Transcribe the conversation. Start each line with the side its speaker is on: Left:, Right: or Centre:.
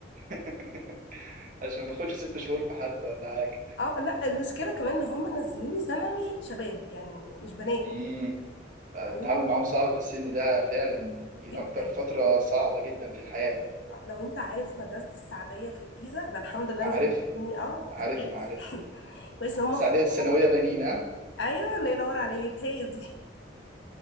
Right: <laughs> عشان ما اخدش ست شهور في حد ولا حاجة
Left: اه لا المشكله كمان ان هم نزلوني ثانوي شباب يعني مش بنات
Right: مم. التعامل
Left: لو إن-
Right: معاهم صعب في السن ده فعلا دي
Left: جدا
Right: أكتر فترة صعبة جدا في الحياة
Left: آه، لو انت عارف مدرسه السعديه في الجيزه ده الحمد لله
Right: عارف
Left: ان هم خدوني اه
Right: عارف
Left: ده كويس
Right: عارف
Left: <laughs> كويس ان هم
Right: السعودية
Left: اخطوا
Right: الثانوية بنين ها؟
Left: ايوه الله ينور عليك هي دي